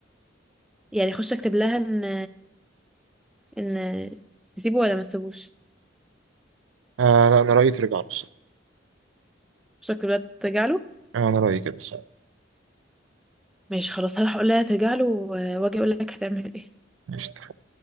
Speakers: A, in the centre; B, on the right.
A: يعني خش اكتب لها ان ان اسيبه ولا ما تسيبوش
B: آه لا انا رايي ترجع له الصراحه
A: خش اكتب لها ترجع له
B: آه انا رايي كده الصراحه
A: ماشي خلاص هروح اقول لها ترجع له و- واجي اقول لك هتعمل ايه
B: ماشي